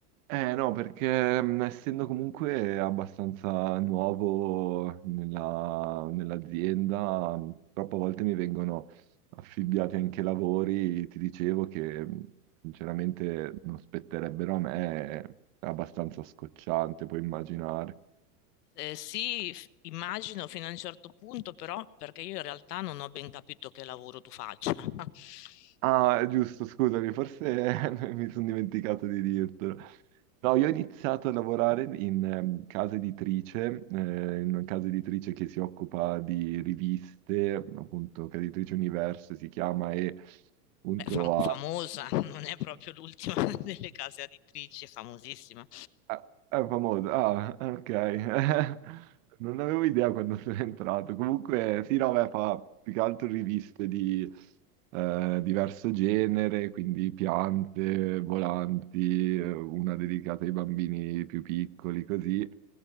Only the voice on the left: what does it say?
Eh, sì, f- immagino fino a un certo punto, però perché io in realtà non ho ben capito che lavoro tu faccia. <laughs>
Beh, fam-
famosa, <laughs> non è proprio l'ultima <laughs> delle case editrici, è famosissima.